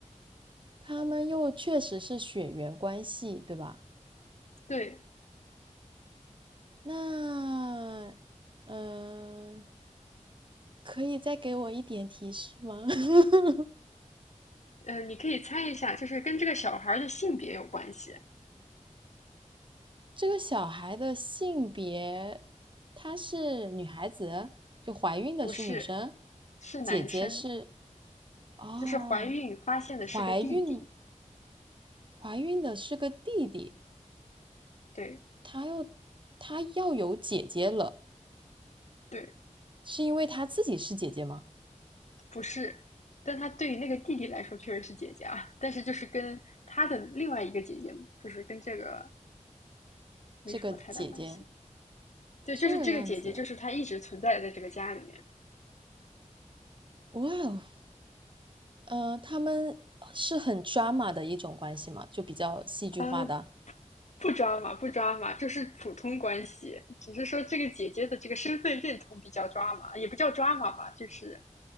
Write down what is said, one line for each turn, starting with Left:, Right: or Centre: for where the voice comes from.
Right: 他们又确实是血缘关系，对吧？
Left: 对。
Right: 那嗯、呃可以再给我一点提示吗？<laughs>
Left: 嗯、呃你可以猜一下，就是跟这个小孩儿的性别有关系，
Right: 这个小孩的性别，她是女孩子，就怀孕的是女生，
Left: 不是，是男生，
Right: 姐姐是，哦，
Left: 就是怀孕发现的是个弟弟，
Right: 怀孕，怀孕的是个弟弟，
Left: 对
Right: 她又，她要有姐姐了，
Left: 对，
Right: 是因为她自己是姐姐吗？
Left: 不是，但他对于那个弟弟来说确实是姐姐啊，但是就是跟他的另外一个姐姐，就是跟这个没什么太大关系。
Right: 这个姐姐
Left: 对，
Right: 这样子，
Left: 就是这个姐姐，就是她一直存在在这个家里面。
Right: 哇哦，呃，他们是很 drama 的一种关系嘛，就比较戏剧化的。
Left: 呃，不抓马，不抓马，就是普通关系，只是说这个姐姐的这个身份认同比较抓马，也不叫抓马吧，就是